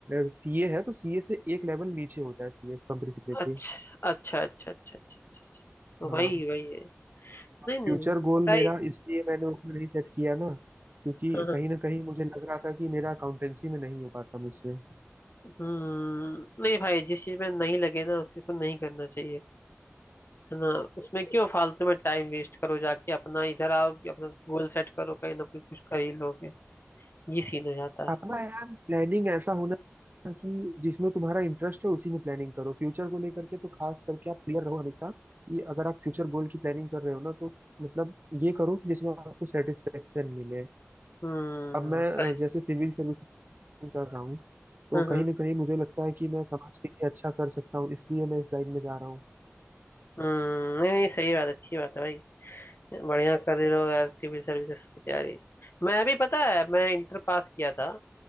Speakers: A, on the right; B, on the left.
A: सीए है तो सीए से एक लेवल नीचे होता है सीए कंपनी सेक्रेटरी
B: अच्छा अच्छा अच्छा अच्छा अच्छा
A: हाँ
B: वही वही है नहीं नहीं
A: फ्यूचर
B: नहीं
A: गोल
B: सही
A: मेरा इसलिए मैंने उसमें नहीं सेट किया ना क्योंकि
B: हाँ हाँ,
A: कहीं ना कहीं मुझे लग रहा था कि मेरा अकाउंटेंसी में नहीं हो पाता मुझसे
B: हम्म नहीं भाई जिस चीज में नहीं लगे ना उसी को नहीं करना चाहिए है ना उसमें क्यों फालतू में टाइम वेस्ट करो जाके अपना इधर आओ कि अपना गोल सेट करो कहीं ना कहीं कुछ कर ही लोगे ये सीन हो जाता है
A: अपना यार प्लानिंग ऐसा होना चाहिए कि जिसमें तुम्हारा इंटरेस्ट है उसी में प्लानिंग करो फ्यूचर को लेकर के तो खास करके आप क्लियर रहो हमेशा कि अगर आप फ्यूचर गोल की प्लानिंग कर रहे हो ना तो मतलब ये करो जिसमें आपको सेटिस्फेक्शन मिले
B: हम्म
A: अब मैं अ,
B: सही
A: जैसे सिविल सर्विस कर रहा हूँ तो
B: हम्म हम्म
A: कहीं ना कहीं मुझे लगता है कि मैं समाज के लिए अच्छा कर सकता हूँ इसलिए मैं इस लाइन में जा रहा हूँ
B: हम्म, नहीं नहीं सही बात अच्छी बात है भाई बढ़िया कर रहे हो यार सिविल सर्विसेज की तैयारी मैं भी पता है मैं इंटर पास किया था